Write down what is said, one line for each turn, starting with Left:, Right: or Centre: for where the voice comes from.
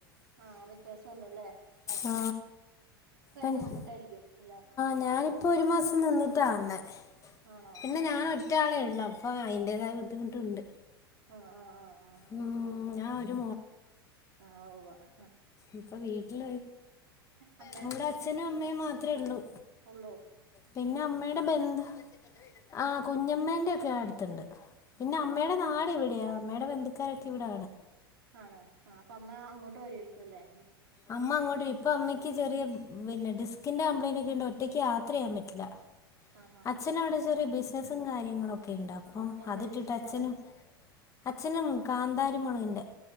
Right: ആഹ വ്യത്യാസംണ്ടല്ലേ
Left: ആ ആഹ
Right: ബുദ്ധിമുട്ടായിരിക്കും അല്ലെ
Left: <inaudible> ഞാനിപ്പോൊ ഒരു മാസം നിന്നിട്ടാണ്
Right: ആണോ
Left: പിന്നെ
Right: ആഹാ
Left: ഞാന ഒറ്റ ആളേ ഉള്ളു അപ്പൊ അയിന്റേതായ ബുദ്ധിമുട്ടുണ്ട്
Right: ആഹ ആഹ ആഹ്
Left: ഉം
Right: ആഹ ഉഹ
Left: ഞാൻ ഒരു
Right: ആ ആ ഉവ്വ് <unintelligible>
Left: ഇപ്പൊ വീട്ടില
Right: അമ്മയുടെ
Left: നമ്മടെ അച്ഛനും അമ്മയും മാത്രമേ ഉള്ളു
Right: ഉള്ളോ
Left: പിന്നെ അമ്മയുടെ ബന്ധം ആഹ കുഞ്ഞമ്മേന്റെ ഒക്കെ അടുത്തുണ്ട് പിന്നെ
Right: ആണോ
Left: അമ്മയുടെ നാട് എവിടെയാ അമ്മയുടെ ബന്ധുക്കാരൊക്കെ ഇവിടൊണ്
Right: ആണ് ആ അപ്പ അമ്മ അങ്ങോട്ട് വരയിരിക്കുംല്ലേ
Left: അമ്മ അങ്ങോട്ട് ഇപ്പൊ അമ്മയ്ക്ക് ചെറിയ പിന്നെ ഡിസ്കിൻ്റെ കംപ്ലയിൻറ് ഒക്കെ ഉണ്ട് ഒറ്റക്ക്യാത്ര ചെയ്യൻ പറ്റില്ല
Right: ആ ആ
Left: അച്ഛന അവിടെ ചെറിയ ബിസിനസ്സും കാര്യങ്ങളുംക്കെ ഒക്കെണ്ട് അപ്പം
Right: ആ എന്തിന്റെ
Left: അതിട്ടിട്ട്
Right: ബിസിനസാണ്
Left: അച്ഛനും അച്ഛനും കാന്താരി മുളകൻന്റെ